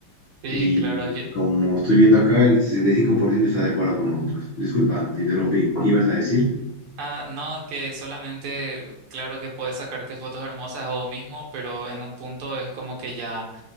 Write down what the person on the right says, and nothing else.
Sí,
claro. yo-
Ah, no, que solamente, claro que puedes sacarte fotos hermosas o mismo, pero en un punto es como que ya